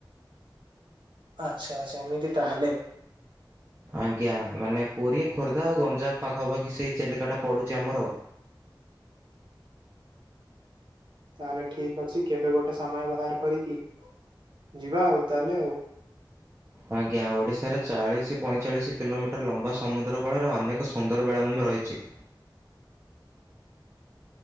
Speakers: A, on the right (about 70°); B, on the right (about 25°).
A: ଆଚ୍ଛା ଆଛା ଏମିତି ତାହେଲେ।
B: ଆଜ୍ଞା ମାନେ ପୁରୀ ଖୋର୍ଦ୍ଧା ଆଉ ଗଞ୍ଜାମ ପାଖାପାଖି ସେଇ ଚିଲିକାଟା ପଡୁଛି ଆମର ଆଉ।
A: ତାହେଲେ ଠିକ୍ ଅଛି କେବେ ଗୋଟେ ସମୟ ବାହାର କରିକି ଯିବା ଆଉ ତାହେଲେ ଆଉ।
B: ଆଜ୍ଞା ଓଡିଶାରେ ଚାଳିଶ ପଇଁଚାଳିଶ କିଲୋମିଟର ଲମ୍ବା ସମୁଦ୍ର କୂଳରେ ଅନେକ ଏକ ସୁନ୍ଦର ବେଳାଭୂମି ରହିଛି।